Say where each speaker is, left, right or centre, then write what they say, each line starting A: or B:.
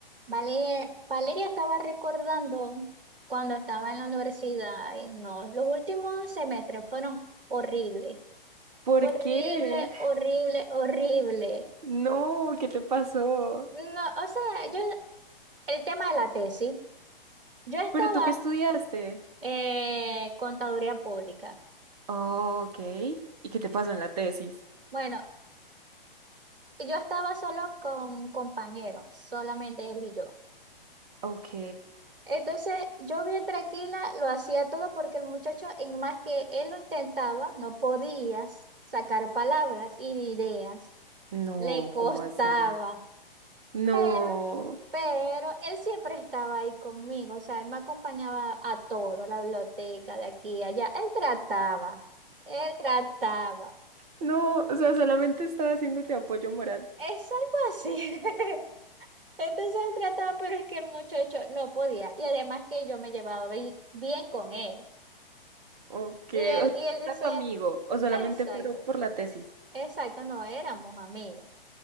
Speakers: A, on the right; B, on the right.
A: Vale- Valeria estaba recordando cuando estaba en la universidad, ay no, los últimos semestres fueron horribles,
B: ¿Por
A: horrible,
B: qué?
A: horrible, horrible.
B: No, ¿qué te pasó?
A: No, o sea, yo, el tema de la tesis, yo estaba
B: ¿Pero tú qué estudiaste?
A: eh, contaduría pública.
B: Oh, ok. ¿Y qué te pasó en la tesis?
A: Bueno, yo estaba solo con un compañero, solamente él y yo.
B: Ok.
A: Entonces yo bien tranquila lo hacía todo porque el muchacho, en más que él lo intentaba, no podía sacar palabras y ideas.
B: No,
A: Le costaba,
B: ¿cómo así? No,
A: pero, pero él siempre estaba ahí conmigo. O sea, él me acompañaba a todo, la biblioteca de aquí, allá. Él trataba, él trataba.
B: no, o sea, solamente estaba haciéndote apoyo moral.
A: Es algo así. <laughs> Entonces él trataba, pero es que el muchacho no podía. Y además que yo me llevaba bi- bien con él.
B: Ok,
A: Y él,
B: o sea,
A: y él decía...
B: ¿era tu amigo o solamente
A: Exacto,
B: fueron por la tesis?
A: exacto, no éramos amigos.